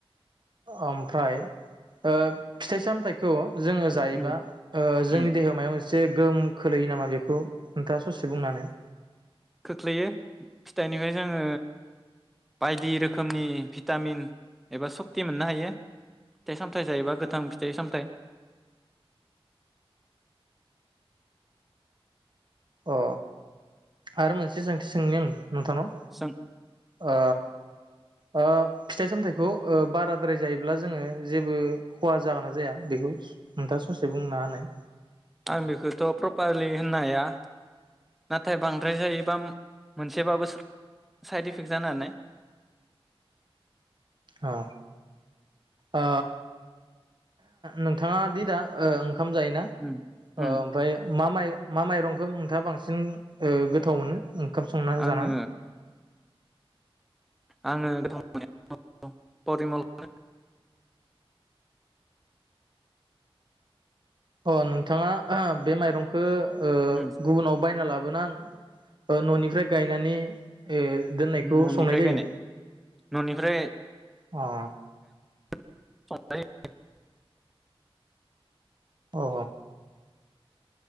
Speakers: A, on the right; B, in the centre.
A: ओमफ्राय ओ फिथाइ सामथायाइखौ जोङो जायोबा
B: उम
A: ओ जोंनि
B: उम
A: देहायाव माबा मोनसे एसे गोहोम खोलैयो नामा बेखौ नोंथाङा ससे बुंनानै
B: खोख्लैयो। फिथाइनिफ्राय जोङो बायदि रोखोमनि भिटामिन एबा सक्ति मोननो हायो। फिथाइ सामथाइ जायोबा गोथां फिथाइ सामथाइ
A: अ, आरो मोनसे सोंथि सोंनि आं नोंथांनाव।
B: जों
A: ओ ओ फिथाइ सामथाइखौ ओ बाराद्राय जायोब्ला जोङो जेबो खहा जागोन ना जाया बेखौ नोंथाङा ससे बुंनो होनाय।
B: आं बेखौथ प्रपारलि होननो हाया। नाथाय बांद्राय जायोबा मोनसेबाबो साइड इफेक्ट जानो हानाय।
A: अ, ओ नोंथाङा दि दा ओ ओंखाम जायोना
B: उम उम
A: ओमफ्राय मा माइ मा माइरंखौ नोंथाङा बांसिन गोथाव मोनो? ओंखाम संना
B: आङो
A: जाना
B: आङो गोथाव <unintelligible> परिमलखौनो
A: अ नोंथाङा बे माइरंखो
B: उम
A: गुबुनाव बायना ला बोना न'निफ्राय गायनानै दोननायखौ
B: न'निफ्राय
A: संनाय जायो?
B: गायनाय न'निफ्राय
A: अ
B: <unintelligible>
A: अ